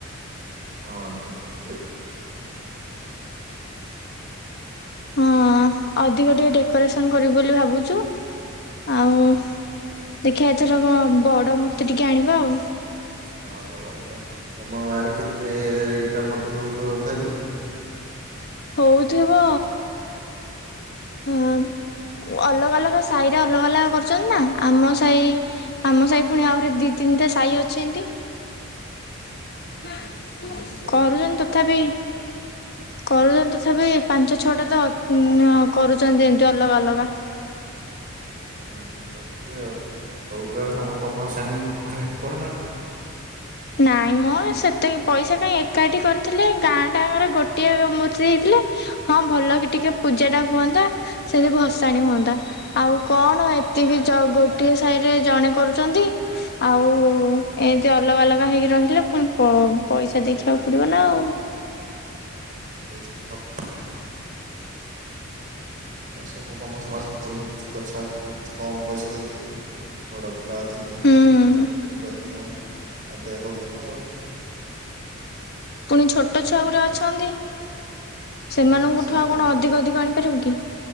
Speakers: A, on the right; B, on the left.
A: ହଁ ଅଁ <unintelligible>
B: ହଁ ଅଁ, ଅଧିକ ଟିକେ ଡେକୋରେସନ କରିବୁ ବୋଲି ଭାବୁଚୁ, <inaudible> ଆଉ, <inaudible> ଦେଖିଆ ଏଇ ଥରକ ବଡ ମୂର୍ତ୍ତି ଟିକେ ଆଣିବା ଆଉ।
A: ହଁ ବଡ ମୂର୍ତ୍ତି ଆଣ, ତମ ଗାଁରେ କେତେ ଏ ଟା ମୂର୍ତ୍ତି ହୋଉଥିବା ତଥାବି?
B: ହୋଉଥିବ ଅ <unintelligible> ଅଲଗା ଅଲଗା ସାଇରେ ଅଲଗା-ଅଲଗା କରୁଚନ୍ତି ନା, ଆମ ସାଇ, ଆମ ସାହି ଫୁଣି ଆହୁରି ଦି ତିନିଟା ସାଇ ଅଛି ଏମତି। <inaudible> <unintelligible>
A: ହଁ ତିନିଟା ସାଇ
B: କରୁଚନ୍ତି ତଥାପି କରୁଚନ୍ତି ତଥାପି, ପାଞ୍ଚ-ଛଅଟା ତ କରୁଚନ୍ତି ଏମିତି ଅଲଗା ଅଲଗା।
A: ହଁ କରୁଥିବେ ଆଉ। ସବୁ ପ୍ରକାର ସମତଙ୍କ ଭସାଣି-ଫସାଣି କରନା?
B: ନାଇଁ ମ, ସେତକି ପଇସା କାଇଁ ଏକାଠି କରିଥିଲେ ଗାଁଟାଙ୍କର ଗୋଟିଏ ମୂର୍ତ୍ତି ହେଇଥିଲେ, ହଁ ଭଲ କି ଟିକେ ପୂଜାଟା ହୁଅନ୍ତା, ସେମିତି ଭସାଣି ହୁଅନ୍ତା, ଆଉ କଣ ଏତିକି ଚ ଗୋଟିଏ ସାହିରେ ଜଣେ କରୁଚନ୍ତି, ଆଉ ଏମିତି ଅଲଗା ଅଲଗା ବା ହେଇକି ରହିଲେ, ପୁଣି ପଇସା ଦେଖିଆକୁ ପଡିବ ନା ଆଉ।
A: <unintelligible> ସବୁ କ ସମ ସବୁ ଛୁଆ ଛୁଆ କିଛି କମ ପଇସା ଦୋଉଥୁବେ, ବଡ ପିଲା ଅଧକ,
B: ହୁଁ
A: ମିଟି ଫିଟିଂ କରି। ଅ ଆ, ଆଦାୟ କରଥିବ ଆଉ। <inaudible>
B: ପୁଣି ଛୋଟ ଛୁଆଗୁରା ଅଛନ୍ତି।
A: ହଁ
B: ସେମାନଙ୍କଠୁ
A: ବା ସେଇ
B: ଆଉ
A: ତ
B: କଣ
A: କହୁଛି
B: ଅଧିକ ଅଧିକ ଆଣିପାରିବୁ କି?